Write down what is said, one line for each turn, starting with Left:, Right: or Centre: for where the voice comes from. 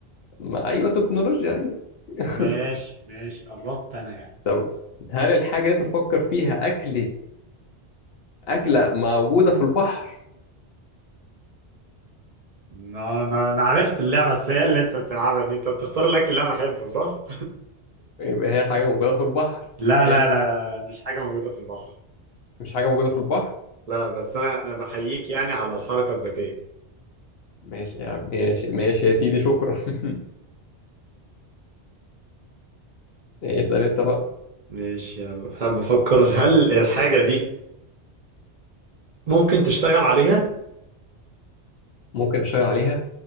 Left: ما أيوة تكنولوجيا أيوة <laughs>
Right: ماشي ماشي قربت انا يعني
Left: طب هل الحاجة اللي أنت تفكر فيها أكلة أكلة موجودة في البحر؟
Right: انا انا أنا عرفت اللعبة السيئة اللي انت بتلعبها دي انت بتختار الاكل اللي انا بحبه صح؟
Left: يبقى هي حاجة موجودة في البحر
Right: لا
Left: حلو
Right: لا لا لا لا، مش حاجة موجودة في البحر
Left: مش حاجة موجودة في البحر
Right: لا بس انا انا بحييك يعني على الحركة الذكية
Left: ماشي يا عم ماشي ماشي يا سيدي شكرا <laughs> اسأل انت بقى
Right: ماشي انا بفكر هل الحاجة دي ممكن تشتغل عليها؟
Left: ممكن اشتغل عليها